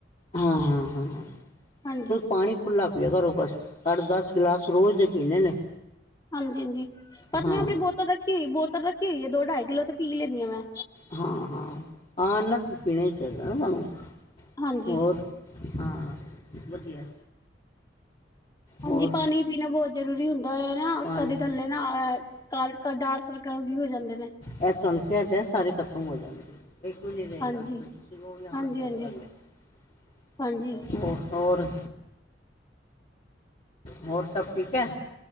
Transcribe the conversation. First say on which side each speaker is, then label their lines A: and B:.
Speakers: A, on the left; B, on the left.
A: ਹਾਂ-ਹਾਂ, ਹਾਂ
B: ਹਾਂਜੀ
A: ਤੁ ਪਾਣੀ ਖੁੱਲਾ ਪੀਓ ਕਰੋ ਬਸ, ਅੱਠ-ਦਸ ਗਲਾਸ ਰੋਜ਼ ਦੇ ਪੀਣੇ ਨੇ।
B: ਹਾਂਜੀ -ਹਾਂਜੀ, ਪਤਲੇਆ
A: ਹਾਂ
B: ਅਪਣੀ ਬੋਤਲ ਰੱਖੀ ਹੋਈ ਬੋਤਲ ਰੱਖੀ ਹੋਈ ਏ, ਦੋ-ਢਾਈ ਕਿਲੋ ਤੇ ਪੀ ਲੈਂਨੀ ਆ ਮੈਂ।
A: ਹਾਂ-ਹਾਂ, ਹਾਂ ਨਾ ਏਨਾ ਤਾ ਪੀਣਾ ਹੀ ਚਾਈਦਾ ਨਾ ਤਾਨੂੰ,
B: ਹਾਂਜੀ
A: ਹੋਰ ਹਾਂ, ਵਧੀਆ।
B: ਹਾਂਜੀ,
A: ਹੋਰ
B: ਪਾਨੀ ਪੀਨਾ ਬੋਹਤ ਜ਼ਰੂਰੀ ਹੁੰਦਾ ਏਨਾ,
A: ਪਾਣੀ
B: ਕਦੇ ਥੱਲੇ ਨਾ ਅ ਕਾਲ ਡਾਰ ਸਰਕਲ ਵੀ ਹੋ ਜਾਂਦੇ ਨੇ।
A: ਐ ਤੁਐਨੂੰ ਕੇਯਾ ਤੇ ਹੈ, ਸਾਰੇ ਖ਼ਤਮ ਹੋ ਜਾਨਗੇ। ਏਕ ਵੀ ਨੀ ਰਏਗਾ,
B: ਹਾਂਜੀ
A: ਤੁਸੀ ਕੋ ਗੇ ਵੀ ਹਾਂ,
B: ਹਾਂਜੀ
A: ਸਹੀ
B: ਹਾਂਜੀ
A: ਗੱਲ ਏ।
B: ਹਾਂਜੀ
A: ਹੋਰ, ਹੋਰ ਸਭ ਠੀਕ ਐ?